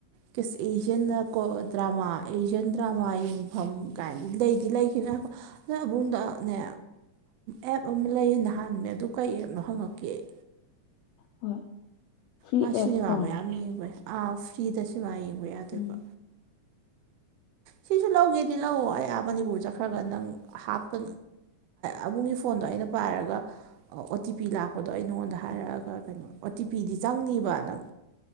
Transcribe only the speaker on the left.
ꯍꯣꯏ ꯐ꯭ꯔꯤ
ꯑꯦꯞꯁ ꯀꯣ
ꯎꯝ